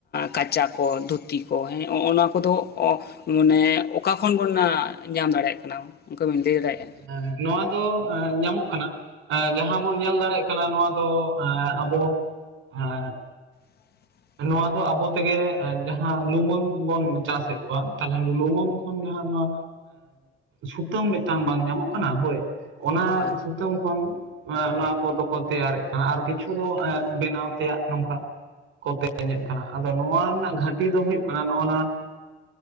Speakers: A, on the left; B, on the right.
A: ᱠᱟᱸᱪᱟ ᱠᱚ ᱫᱷᱩᱛᱤ ᱠᱚ ᱦᱮᱸᱜᱼ ᱱᱚᱣᱟ ᱠᱚᱫᱚ ᱢᱟᱱᱮ ᱚᱠᱟ ᱠᱷᱚᱱ ᱵᱚᱱ ᱧᱟᱢ ᱫᱟᱲᱮᱭᱟᱜ ᱠᱟᱱᱟ, ᱚᱱᱠᱟ ᱵᱤᱱ ᱞᱟᱹᱭ ᱫᱟᱲᱮᱭᱟᱜᱼᱟ?
B: ᱦᱮᱸ ᱱᱚᱣᱟ ᱫᱚ ᱧᱟᱢᱚᱜ ᱠᱟᱱᱟ ᱾ ᱡᱟᱦᱟᱸ ᱵᱚᱱ ᱧᱮᱞ ᱫᱟᱲᱭᱟᱜ ᱠᱟᱱᱟ ᱱᱚᱣᱟ ᱫᱚ ᱟᱵᱚ ᱮᱸ
A: <inaudible>
B: ᱱᱚᱣᱟ ᱫᱚ ᱟᱵᱚ ᱛᱮᱜᱮ, ᱡᱟᱦᱟᱸ ᱞᱩᱢᱟᱹᱝ ᱵᱚᱱ ᱪᱟᱥᱮᱫ ᱠᱚᱣᱟ, ᱛᱟᱦᱚᱞᱮ ᱞᱩᱢᱟᱹᱝ ᱠᱷᱚᱱ ᱜᱮᱦᱟᱜ ᱱᱚᱣᱟ, ᱥᱩᱛᱟᱹᱢ ᱢᱤᱫᱴᱟᱝ ᱵᱟᱝ ᱧᱟᱢᱚᱜ ᱠᱟᱱᱟ, ᱦᱳᱭ ᱚᱱᱟ
A: ᱦᱳᱭ
B: ᱥᱩᱛᱟᱹᱢ ᱠᱷᱚᱱ ᱱᱚᱣᱟ ᱠᱚᱫᱚᱠᱚ ᱛᱮᱭᱟᱨᱮᱜ ᱠᱟᱱᱟ, ᱟᱨ ᱠᱤᱪᱷᱩ ᱫᱚ
A: ᱦᱳᱭ
B: ᱵᱮᱱᱟᱣ ᱛᱮᱭᱟᱜ ᱱᱚᱝᱠᱟ ᱾ ᱠᱚ ᱛᱮᱧᱮᱫ ᱠᱟᱱᱟ ᱟᱫᱚ ᱱᱚᱣᱟ ᱨᱮᱱᱟᱜ ᱜᱷᱟᱹᱴᱤ ᱫᱚ ᱦᱩᱭᱩᱜ ᱠᱟᱱᱟ, ᱱᱚᱜᱼᱚ ᱱᱟ